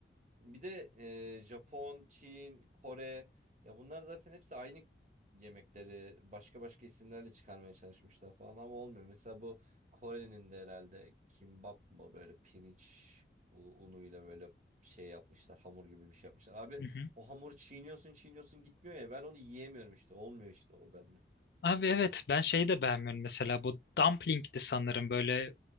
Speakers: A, on the right; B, on the left.
A: bir de e, Japon, Çin, Kore ya bunlar zaten hepsi aynı yemekleri başka başka isimlerle çıkarmaya çalışmışlar falan ama olmuyor. Mesela bu Kore'nin de herhalde kimbap mı böyle pirinç u- unuyla böyle şey yapmışlar hamur gibi bir şey yapmışlar. Abi
B: Hı hı.
A: o hamuru çiğniyorsun çiğniyorsun gitmiyor ya ben onu yiyemiyorum işte olmuyor işte o bende.
B: Abi evet ben şeyi de beğenmiyorum mesela bu dumpling'di sanırım böyle